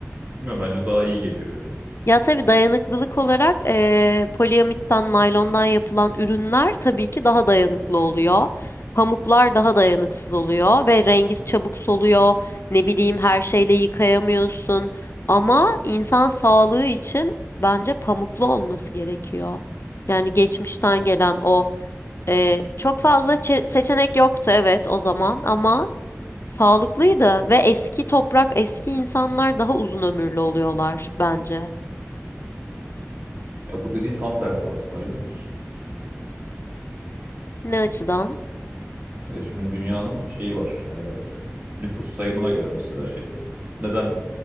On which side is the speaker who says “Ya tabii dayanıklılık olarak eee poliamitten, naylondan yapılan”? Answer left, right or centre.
Left